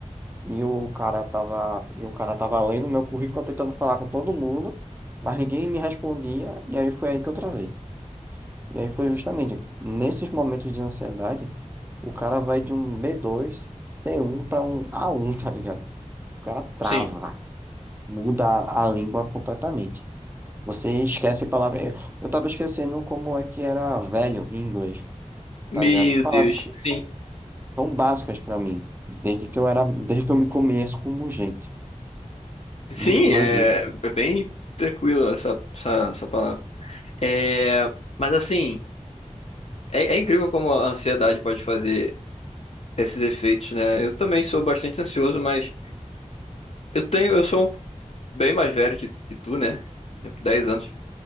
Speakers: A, on the right; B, on the left.
A: e o cara tava, e o cara tava lendo meu currículo, tentando falar com todo mundo, mas ninguém me respondia, e aí foi aí que eu travei. E aí foi justamente nesses momentos de ansiedade o cara vai de um B2, C1 pra um A1, tá ligado? O cara trava,
B: sim.
A: muda a a língua completamente. Você esquece palavras. Eu eu tava esquecendo como é que era velho em inglês,
B: Meu
A: tá ligado? Palavras
B: Deus,
A: que são
B: sim.
A: tão básicas pra mim, desde que eu era, desde que eu me conheço como gente.
B: Sim,
A: Muito doido
B: é,
A: isso.
B: é bem tranquilo essa, essa, essa palavra. É, mas assim, é, é incrível como a ansiedade pode fazer esses efeitos, né? Eu também sou bastante ansioso, mas eu tenho, eu sou um bem mais velho que, que tu, né? Tipo, 10 anos.